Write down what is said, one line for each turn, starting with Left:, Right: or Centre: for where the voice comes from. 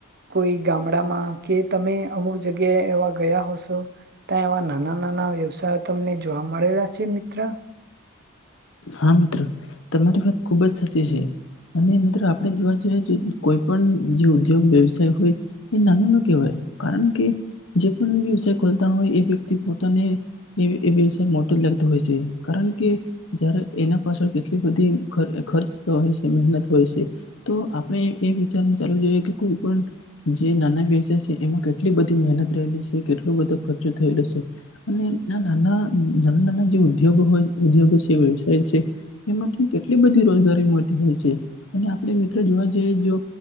Right: કોઈ ગામડામાં કે તમે અમુક જગ્યાએ એવા ગયા હોશો ત્યાં એવા નાના નાના વ્યવસાય તમને જોવા મળેલા છે મિત્ર.
Left: હા મિત્રો તમારી વાત ખૂબ જ સ <inaudible> અને મિત્રો આપણે જોવા જઈએ છે કોઈ પણ જે ઉદ્યોગ વ્યવસાય હોય. એ નાનું નો કેવાય. કારણ કે, જે પણ વિષાય ખોલતા હોય, એ વ્યક્તિ પોતે ને એષ મોટું જ લગતું હોય છે. કારણ કે, જ્યારે, એના પાછળ કેટલી બધી ખર્ચ હોય છે. મહેનત હોય છે, તો આપણે એ વિચાર ચાલવું જોઈએ. કે કોઈ પણ જે નાના વ્યવસાય છે. એમાં કેટલી બધી મહેનત રહેલી છે. એ કેટલું બધો ખર્ચું થઈ જશે. અને ના નાના ન ના જે ઉદ્યોગ હોય, ઉદ્યોગ સ વ થ છે. એમાં, કેટલી બધી રોજગારી મળતી હોય છે. અને આપડે મિત્રો જોવા જઈએ,